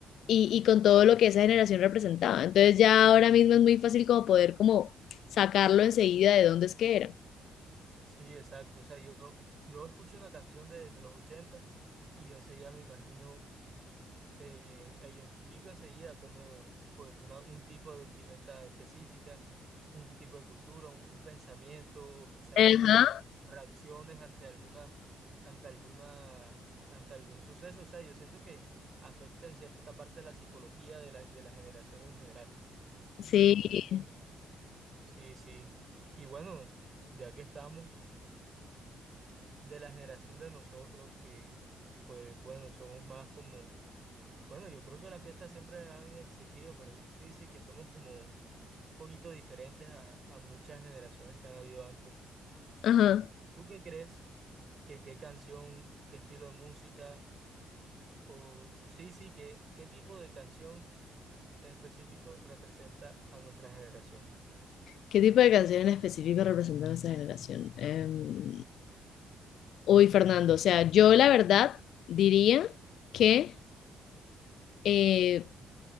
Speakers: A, on the left; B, on the right.
A: y, y con todo lo que esa generación representaba. Entonces ya ahora mismo es muy fácil como poder como sacarlo enseguida de dónde es que era.
B: Sí, exacto. O sea, yo, yo escucho una canción de, de los 80 y yo enseguida me imagino eh, e identifico enseguida como pues una- un tipo de vestimenta específica, un tipo de cultura, un, un pensamiento o quizá
A: Ajá,
B: como reacciones ante alguna, ante alguna, ante algún suceso. O sea, yo siento que afecta en cierta parte la psicología de la, de la generación en general,
A: sí,
B: pero sí, sí. Y bueno, ya que estamos de la generación de nosotros, que pues bueno, somos más como Bueno, yo creo que las fiestas siempre han existido, pero sí, sí, que somos como un poquito diferentes a, a muchas generaciones que han habido antes.
A: ajá.
B: ¿Tú qué crees? ¿Que qué canción, qué estilo de música? O sí, sí, que, qué tipo de canción en específico representa a nuestra generación?
A: ¿Qué tipo de canción en específico representaba esa generación? Em, Uy, Fernando, o sea, yo la verdad diría que, eh,